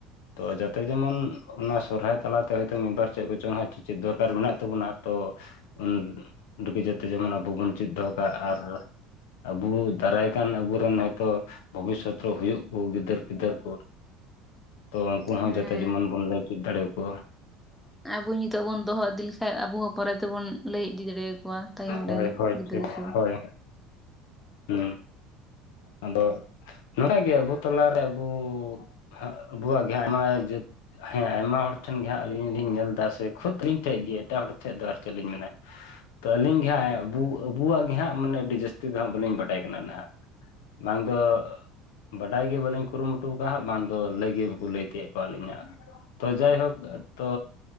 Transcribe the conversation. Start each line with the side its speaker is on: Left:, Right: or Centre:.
Left: ᱛᱚ ᱡᱟᱛᱮ ᱡᱮᱢᱚᱱ ᱚᱱᱟ ᱥᱚᱨᱦᱟᱭ ᱛᱟᱞᱟ ᱛᱮ ᱦᱚᱭ ᱛᱚ ᱢᱤᱫᱵᱟᱨ ᱪᱮᱫ ᱠᱚ ᱪᱚᱝ ᱪᱮᱫ ᱫᱚᱨᱠᱟᱨ ᱢᱮᱱᱟᱜ ᱛᱟᱵᱚᱱᱟ ᱛᱚ ᱩᱱ ᱨᱩᱠᱤᱡᱟᱛᱮ ᱡᱮᱢᱚᱱ ᱟᱵᱚ ᱵᱚᱱ ᱪᱮᱫ ᱫᱚᱦᱚ ᱠᱟᱜ ᱟᱨ ᱟᱵᱚ ᱫᱟᱨᱟᱭ ᱠᱟᱱ ᱟᱵᱚ ᱟᱫᱚᱱ ᱦᱚᱭ ᱛᱚ ᱵᱷᱚᱵᱤᱥᱚᱛ ᱨᱮ ᱦᱩᱭᱩᱜ ᱟᱠᱚ ᱜᱤᱫᱽᱟᱹᱨ ᱯᱤᱫᱽᱟᱹᱨ ᱠᱚ ᱩᱱᱠᱩ ᱦᱚᱸ
Centre: ᱦᱮᱸ᱾
Left: ᱡᱟᱛᱮ ᱡᱮᱢᱚᱱ ᱵᱚᱱ ᱞᱟᱹᱭ ᱪᱤᱫ ᱫᱟᱲᱮ ᱣᱟᱠᱩ
Centre: ᱟᱵᱚ ᱱᱤᱛᱚᱜ ᱵᱚᱱ ᱫᱚᱦᱚ ᱤᱫᱤ ᱞᱮᱠᱷᱟᱱ ᱟᱵᱚ ᱦᱚᱸ ᱯᱚᱨᱮ ᱛᱮᱵᱚᱱ ᱞᱟᱹᱭ ᱤᱫᱤ ᱫᱟᱲᱮ ᱟᱠᱚᱣᱟ ᱛᱟᱭᱚᱢ ᱨᱮᱱ
Left: ᱦᱳᱭ ᱦᱳᱭ
Centre: ᱜᱤᱫᱽᱨᱟᱹ
Left: ᱴᱷᱤᱠ
Centre: ᱠᱚ
Left: ᱦᱳᱭ ᱦᱩᱸ ᱟᱫᱚ ᱱᱚᱣᱟ ᱜᱮ ᱟᱵᱩ ᱛᱟᱞᱟ ᱨᱮ ᱟᱵᱩ ᱦᱟᱜ ᱵᱩᱣᱟᱜ ᱜᱮ ᱦᱟᱜ ᱟᱭᱢᱟ ᱡᱟᱹᱛ ᱦᱮᱸ ᱟᱭᱢᱟ ᱦᱚᱲ ᱴᱷᱮᱱ ᱜᱮ ᱦᱟᱸᱜ ᱟᱹᱞᱤᱧ ᱞᱤᱧ ᱧᱮᱞ ᱫᱟ ᱥᱮ ᱠᱷᱩᱫ ᱟᱹᱞᱤᱧ ᱴᱷᱮᱱ ᱜᱮ ᱮᱴᱟᱜ ᱦᱚᱲ ᱴᱷᱮᱡ ᱫᱚ ᱟᱨ ᱪᱮᱫ ᱞᱤᱧ ᱢᱮᱱᱟ ᱛᱚ ᱟᱹᱞᱤᱧ ᱜᱮ ᱦᱟᱸᱜ ᱟᱵᱩ ᱟᱸᱵᱩᱣᱟᱜ ᱜᱮ ᱦᱟᱸᱜ ᱢᱟᱱᱮ ᱟᱹᱰᱤ ᱡᱟᱹᱥᱛᱤ ᱫᱚ ᱦᱟᱸᱜ ᱵᱟᱹᱞᱤᱧ ᱵᱟᱰᱟᱭ ᱠᱟᱱᱟ ᱱᱟᱸᱦᱜ ᱵᱟᱝ ᱫᱚ ᱵᱟᱰᱟᱭ ᱜᱮ ᱵᱟᱞᱤᱧ ᱠᱩᱨᱩᱢᱩᱴᱩ ᱠᱟᱜ ᱦᱟᱸᱜ ᱵᱟᱝ ᱫᱚ ᱞᱟᱹᱭ ᱜᱮ ᱵᱟᱠᱚ ᱞᱟᱹᱭ ᱛᱤᱭᱳᱜ ᱠᱚᱣ ᱞᱤᱧᱟ ᱦᱟᱸᱜ ᱛᱚ ᱡᱟᱭᱦᱳᱠ ᱛᱚ